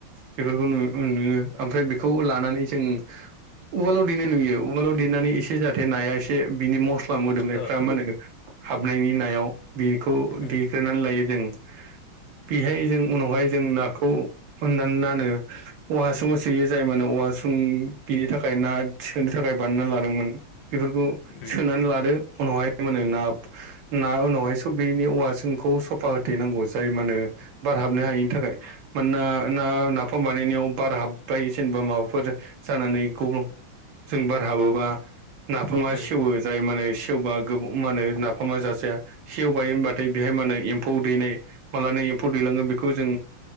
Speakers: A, on the right (about 70°); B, on the left (about 70°).
A: बेफोरखौ नु नुयो ओमफ्राय बेखौ लानानै जों जों उवालाव देनाय नुयो उवालाव देनानै एसे जाहाथे नाया एसे बिनि मस्ला बा मोदोमनायफ्रा
B: ओ औ
A: मा होनो हाबनायनि नायाव बेखौ
B: उम
A: देग्रोनानै लायो जों बेहाय जों उनावहाय जों नाखौ हाननानै औवा हासुङाव सोयो जाय माने औवा हासुं बेनि थाखाय ना सोनो थाखाय बानायना लादोंमोन बेफोरखौ
B: उम
A: सोनानै लादो उनावहाय मा होनो ना उनावहाय सब बेनि औवा हासुंखौ सफा होथेनांगौ। जाय मा होनो बार हाबनो
B: उम
A: हायिनि थाखाय। मानोना ना-नाफाम बानायनायाव बार हाबबाय जेनेबा माबाफोर जानानै गल्बंजों बार हाबोबा नाफामा
B: उम
A: सेवो। जाय सेवबा मा होनो गो नाफामा जाजाया। सेवबाय होनबाथाय बेहाय मानो एम्फौ दैनाय मालानो एम्फौ दैलाङो बेखौ जों